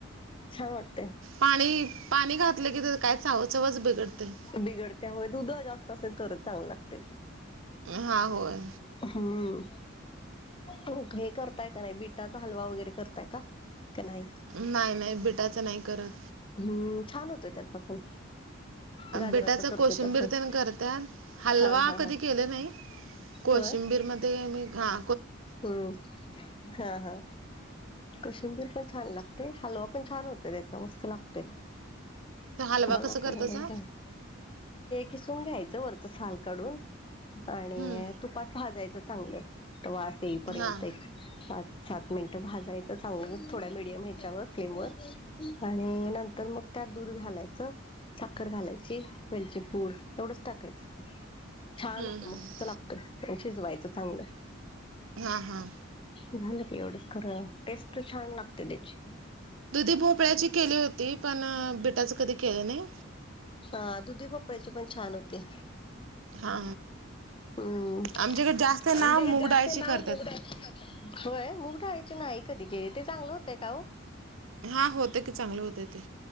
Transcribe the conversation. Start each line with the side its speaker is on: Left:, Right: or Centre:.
Left: छान वाटते
Right: पाणी पाणी घातलं की काय चांव चवज बिघडते
Left: बिघडत्या हो उध जास्त असेल तरच चांग लागते
Right: हां होय
Left: हा हो हे करताय का नाही बिटाचा हलवा वगैरे करताय का का नाही
Right: नाही नाही बिटाचं नाही करत
Left: हम्म छान होतय त्याचा पण गाजराचा
Right: बिटाच
Left: करतोय
Right: कोशिंबीरतेन
Left: तसच
Right: करत हलवा
Left: हा हा
Right: कधी
Left: हा
Right: केले नाही कोशिंबीर
Left: होय
Right: मध्ये मी घा
Left: हम्म हा हा कशंबीर पण छान लागत ते हलवा पण छान होत त्याचा मस्त लागतेय
Right: तर हलवा
Left: बघा
Right: कसं करतासा
Left: करून एकदा किसून घ्यायचं वरत साल काढून आणि
Right: हम्म.
Left: तू ात भाजायचं चांगलं तर वा असे येईपर्यंत
Right: हां
Left: एक पाच सात मिनिटं भाजायचं चांगलं थोड्या मीडियम ह्याच्यावर फ्लेम व आणि नंतर मग त्यात दूध घालायचं साखर घालायची वेलची पूड एवढच टाकायचं
Right: हम्म
Left: छान होत
Right: हम्म.
Left: मस्त लागत शिजवायचं चांगलं
Right: हा हा
Left: झा एवढच ख टेस्ट छान लागते त्याची
Right: दुधी भोपळ्याची केली होती पण बिटाचं कधी केलं नाही
Left: हा दुधी पपड्याचे पण छान होते
Right: हा
Left: हम्म
Right: आमच्याकडे जास्त नाव
Left: आमच्याकडे
Right: मुगडाळची
Left: जास्त नाव
Right: करतात
Left: मुगडाळीची होय मग ढायचे नाही कधी घरी ते चांगलं होतय का हो
Right: हां होते की चांगलं होते ते